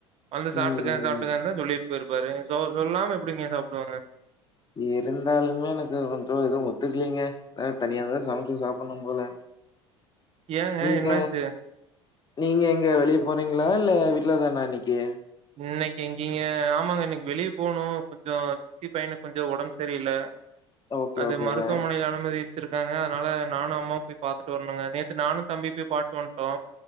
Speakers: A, on the right; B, on the left.
A: வந்து சாப்பிட்டுக்க
B: ம்
A: சாப்பிட்டுக்கேந்தா
B: ம்
A: சொல்லிட் போயிருப்பாரு சோ சொல்லாம எப்டிங்க சாப்டுவாங்க
B: இருந்தாலுமே எனக்கு கொஞ்ச எதும் ஒத்துக்கலீங்க ஆ தனியா தா சமைச்சு சாப்டுணு போல
A: ஏங்க
B: நீங்க
A: என்னாச்சு
B: நீங்க எங்க வெளியே போறீங்ளா இல்ல வீட்டுலதானா இன்னக்கு
A: இன்னக்கு எங்கிங்க ஆமாங்க இன்னக்கு வெளியே போணு கொஞ்சோ சித்தி பையனுக்கு கொஞ்சோ ஒடம்பு சரியில்ல
B: ஓகே
A: அந்த
B: ஓகேங்க
A: மருத்துவ மனையில அனுமதி ச்சிருக்காங்க அதனால நானு அம்மாவு போய் பாத்துட்டு வரணுங்க நேத்து நானு தம்பியு போயி பாட்டு வன்ட்டோ